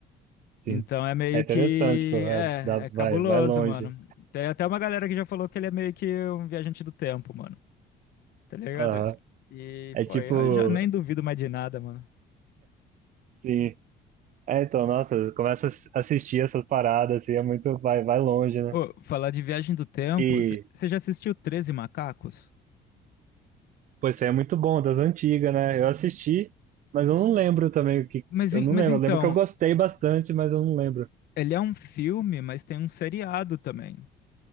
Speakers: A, on the right (about 50°); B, on the left (about 65°).
A: sim.
B: Então é meio
A: É interessante,
B: que
A: pô. É,
B: é,
A: dá,
B: é cabuloso,
A: vai, vai longe.
B: mano. Tem até uma galera que já falou que ele é meio que um viajante do tempo, mano. Tá ligado?
A: Aham.
B: E,
A: É
B: pô,
A: tipo,
B: eu já nem duvido mais de nada, mano.
A: sim. É, então, nossa, começa a ass- assistir essas paradas, assim, é muito, vai, vai longe, né?
B: Ô, falar de Viagem do Tempo,
A: e
B: você já assistiu Treze Macacos?
A: Pô, esse aí é muito bom, das antigas, né? Eu assisti, mas eu não lembro também o que.
B: Mas,
A: Eu
B: en-
A: não
B: mas
A: lembro.
B: então,
A: Eu lembro que eu gostei bastante, mas eu não lembro.
B: ele é um filme, mas tem um seriado também,